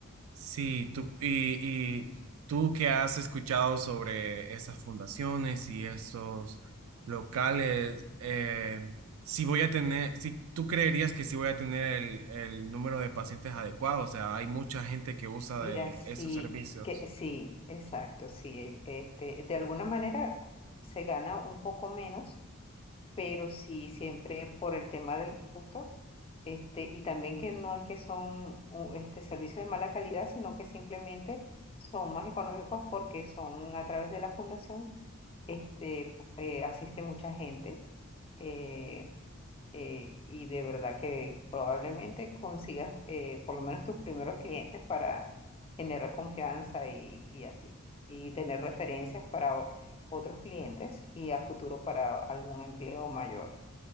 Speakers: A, on the right (about 70°); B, on the left (about 25°).
A: Sí, tú, y, y tú que has escuchado sobre esas fundaciones y esos locales, eh, si voy a tener, si tú creerías que sí voy a tener el, el número de pacientes adecuado, o sea, hay mucha gente que usa
B: Mira,
A: de
B: sí,
A: estos servicios.
B: que sí, exacto, sí, e- este, de alguna manera se gana un poco menos pero sí siempre por el tema del costo, este, y también que no es que son u- este, servicios de mala calidad, sino que simplemente son más económicos porque son a través de la fundación, este, eh, asiste mucha gente. eh, eh, y de verdad que probablemente consigas eh, por lo menos tus primeros clientes para generar confianza y, y así, y tener referencias para o- otros clientes y a futuro para algún empleo mayor.